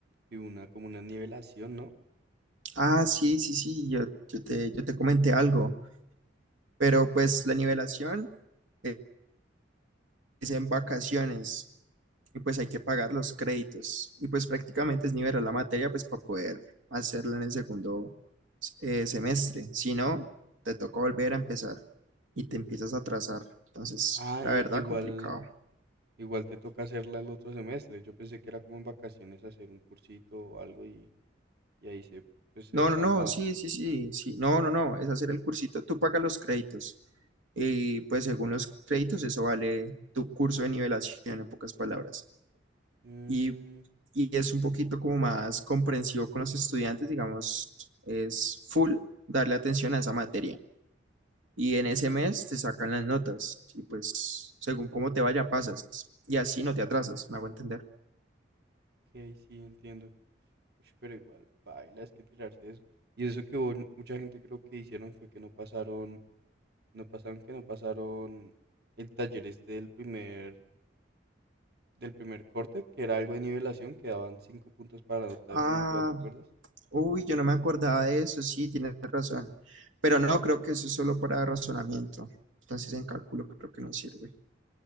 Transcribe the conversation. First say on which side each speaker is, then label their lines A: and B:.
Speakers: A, on the right; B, on the right.
A: de una, como una nivelación, ¿no?
B: Ah, sí, sí, sí, yo, yo te, yo te comenté algo, pero pues la nivelación e- es en vacaciones. y pues hay que pagar los créditos. Y pues prácticamente es nivelar la materia pues para poder hacerla en el segundo eh, semestre. Si no, te toca volver a empezar y te empiezas a atrasar. Entonces,
A: Ah,
B: la verdad,
A: i- igual,
B: complicado.
A: igual te toca hacerla el otro semestre. Yo pensé que era como en vacaciones hacer un cursito o algo y, y ahí se, pues, se
B: No,
A: salvaba.
B: no, no, sí, sí, sí, sí. No, no, no, es hacer el cursito. Tú pagas los créditos. Y pues según los créditos, eso vale tu curso de nivelación, en pocas palabras.
A: Mm,
B: y, y es un poquito como más comprensivo con los estudiantes, digamos, es full darle atención a esa materia. Y en ese mes te sacan las notas y pues según cómo te vaya pasas y así no te atrasas, me hago entender.
A: ok, sí, entiendo. Ush, pero igual, baila, es que tirarse eso. Y eso que hubo mucha gente creo que hicieron fue que no pasaron No pasaron que no pasaron el taller este del primer, del primer corte, que era algo de nivelación, que daban cinco puntos para la nota
B: Ah,
A: definitiva, ¿te acuerdas?
B: uy, yo no me acordaba de eso, sí, tienes razón, pero no creo que eso es solo para razonamiento, entonces en cálculo creo que no sirve.